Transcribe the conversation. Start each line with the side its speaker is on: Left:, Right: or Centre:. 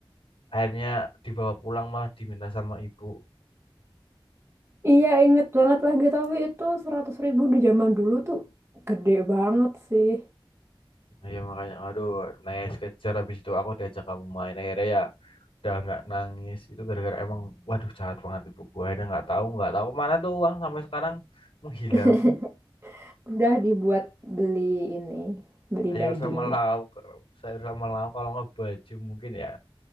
Left: akhirnya dibawa pulang malah diminta sama ibu.
Right: Iya, inget banget lagi tapi itu seratus ribu di zaman dulu tuh gede banget sih.
Left: Nah, ya makanya aduh naik kejar habis itu aku diajak kamu main akhirnya ya udah nggak nangis itu gara-gara emang waduh jahat banget ibu gua akhirnya nggak tahu nggak tahu kemana tuh uang sampai sekarang menghilang
Right: <laughs> Udah dibuat beli ini, beli
Left: sayur
Right: daging.
Left: sama lauk sayur sama lauk kalau nggak baju mungkin ya